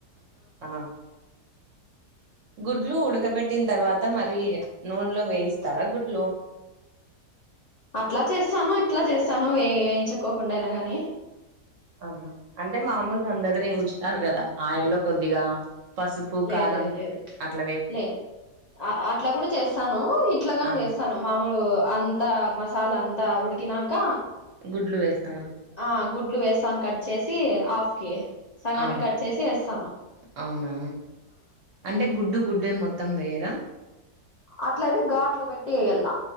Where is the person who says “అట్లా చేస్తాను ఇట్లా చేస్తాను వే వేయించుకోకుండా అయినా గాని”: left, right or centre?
Left